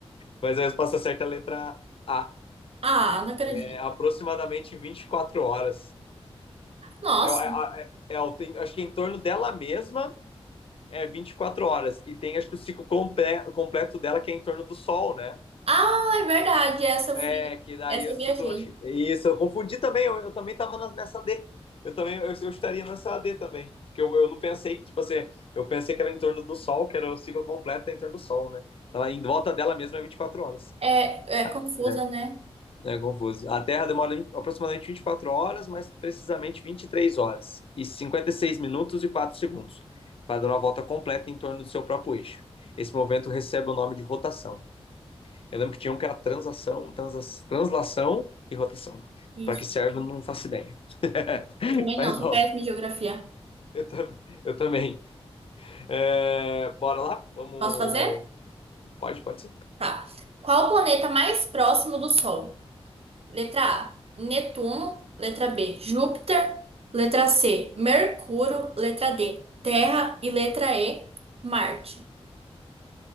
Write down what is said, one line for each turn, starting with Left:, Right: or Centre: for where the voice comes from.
Left: Mas a resposta certa é a letra A.
Right: Ah, não acredito.
Left: é, aproximadamente 24 horas.
Right: Nossa.
Left: É, é, é, é, é, tem, acho que em torno dela mesma é 24 horas. E tem, acho que o ciclo comple completo dela, que é em torno do Sol, né?
Right: Ah, é verdade. Essa eu
Left: É,
Right: fui.
Left: que daí
Right: Essa
Left: o
Right: eu
Left: ciclo.
Right: viajei.
Left: Isso, eu confundi também, eu, eu também estava nessa D. Eu também, eu, eu estaria nessa D também. Porque eu, eu não pensei que, tipo assim, eu pensei que era em torno do Sol, que era o ciclo completo é em torno do Sol, né? Então, em volta dela mesma é 24 horas.
Right: É, é confusa,
Left: É.
Right: né?
Left: É confuso. A Terra demora aproximadamente vinte- aproximadamente 24 horas, mais precisamente 23 horas e 56 minutos e 4 segundos, para dar uma volta completa em torno do seu próprio eixo. Esse movimento recebe o nome de rotação. Eu lembro que tinha um que era transação, transa- translação e rotação.
Right: Isso.
Left: Para que serve, eu não faço ideia. <laughs>
Right: Eu também
Left: Mas
Right: não, sou
Left: bom,
Right: péssima em geografia.
Left: eu, tam- eu também. É, bora lá? Vamos.
Right: Posso fazer?
Left: Pode, pode sim.
Right: Tá. Qual o planeta mais próximo do Sol? Letra A, Netuno. Letra B, Júpiter. Letra C, Mercúrio. Letra D, Terra. E letra E, Marte.